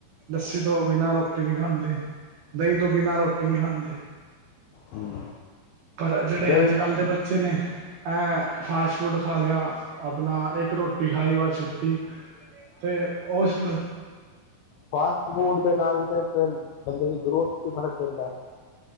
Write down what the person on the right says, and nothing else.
ਲੱਸੀ ਤੋਂ ਬਿਨਾਂ ਰੋਟੀ ਨੀ ਖਾਂਦੇ। ਦਹੀਂ ਤੋਂ ਬਿਨਾਂ ਰੋਟੀ ਨੀ ਖਾਂਦੇ
ਪਰ ਜਿਹੜੇ
ਅੱਜ ਕੱਲ੍ਹ
ਦੇ ਬੱਚੇ ਨੇ ਐਂ ਫਾਸਟ ਫੂਡ ਖਾ ਲਿਆ ਆਪਣਾ ਇੱਕ ਰੋਟੀ ਖਾਈ ਬਸ ਛੁ ਠੀਕ ਤੇ ਉਸ